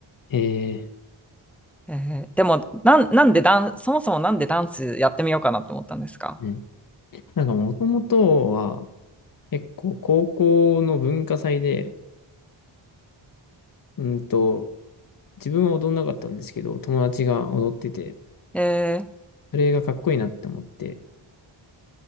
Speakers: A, on the left; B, in the centre.
A: ええ、
B: えーでもなん、なんでダン、そもそもなんでダンスやってみようかなって思ったんですか
A: うん。なんかもともとは、結構高校の文化祭で、うんと、自分は踊んなかったんですけど、友達が踊ってて、
B: えー
A: それがかっこいいなって思って、